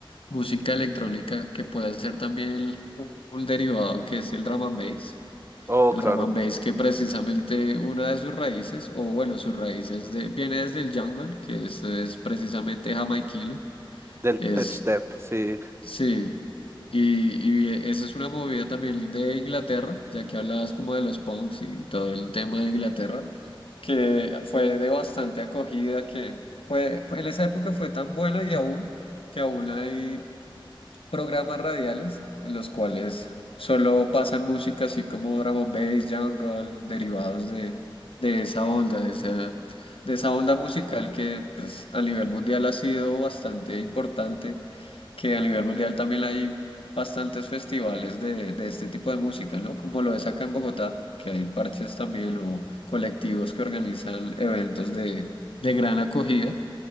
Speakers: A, on the left (about 80°); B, on the right (about 30°).
A: música electrónica que puede ser también el- un derivado que es el drum and bass.
B: Oh,
A: El
B: claro.
A: drum and bass que precisamente una de sus raíces, o bueno, sus raíces de- viene desde el jungle, que es, es precisamente jamaiquino.
B: Del
A: Es
B: tech step, sí.
A: Sí, y, y esa es una movida también de Inglaterra, ya que hablabas como de los punks y todo el tema de Inglaterra, que fue de bastante acogida, que fue, fue- en esa época fue tan buena y aún, que aún hay programas radiales en los cuales solo pasan música así como drum and bass, jungle, derivados de, de esa onda, de esa, de esa onda musical que pues, a nivel mundial ha sido bastante importante, que a nivel mundial también hay bastantes festivales de, de este tipo de música, ¿no? Como lo es acá en Bogotá, que hay parches también o colectivos que organizan eventos de, de gran acogida